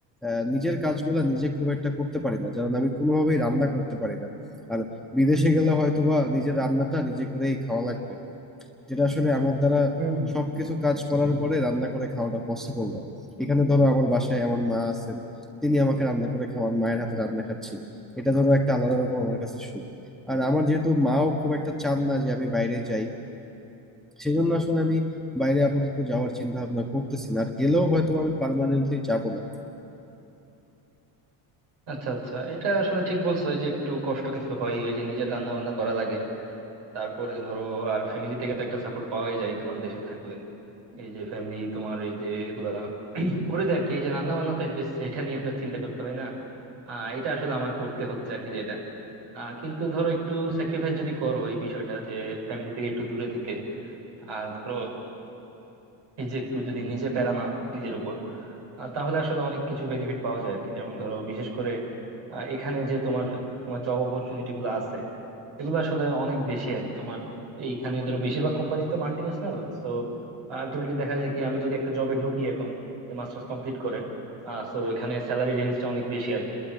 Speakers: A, in the centre; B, on the right (about 60°).
A: আহ, নিজের কাজগুলা নিজে খুব একটা করতে পারি না কারণ আমি কোনোভাবেই রান্না করতে পারি না আর বিদেশে গেলে হয়তোবা নিজের রান্নাটা নিজে করেই খাওয়া লাগবে যেটা আসলে আমার দ্বারা
B: হুম হুম।
A: সবকিছু কাজ করার পরে রান্না করে খাওয়াটা পসিবল না এখানে ধরো আমার বাসায় আমার মা আছেন তিনি আমাকে রান্না করে খাওয়ান মায়ের হাতে রান্না খাচ্ছি এটা ধরো একটা আলাদা রকম আমার কাছে সুখ আর আমার যেহেতু মাও খুব একটা চান না যে আমি বাইরে যাই সেজন্য আসলে আমি বাইরে আপাতত যাওয়ার চিন্তা ভাবনা করতেছি না আর গেলেও হয়তো আমি পার্মানেন্টলি যাব না
B: আচ্ছা আচ্ছা এটা আসলে ঠিক বলছো এই যে একটু কষ্ট কিন্তু হয় এই যে নিজের রান্না বান্না করা লাগে তারপরে ধরো আর ফ্যামিলি থেকে তো একটা সাপোর্ট পাওয়াই যায় তোমার দেশে থাকলে এই যে ফ্যামিলি তোমার এই যে এগুলা করে দেয় আর কি এই যে রান্না বান্না তো অ্যাটলিস্ট সেটা নিয়ে তো চিন্তা করতে হয় না আহ এটা আসলে আমার করতে হচ্ছে আর কি যেটা আহ কিন্তু ধরো একটু স্যাক্রিফাইস যদি করো এই বিষয়টা যে ফ্যামিলি থেকে একটু দূরে থেকে আর ধরো এই যে একটু যদি নিজে প্যারা নাম নিজের উপর আহ, তাহলে আসলে অনেক কিছু বেনিফিট পাওয়া যায় আর কি যেমন ধরো বিশেষ করে আহ, এখানে যে তোমার তোমার জব অপরচুনিটি গুলো আছে এগুলো আসলে অনেক বেশি আর কি তোমার এইখানে ধরো বেশিরভাগ কোম্পানি তো মাল্টি ন্যাশনাল তো আলটিমেটলি দেখা যায় কি আমি যদি একটা জবে ঢুকি এখন মাস্টার্স কমপ্লিট করে আহ তো এখানে স্যালারি রেঞ্জটা অনেক বেশি আর কি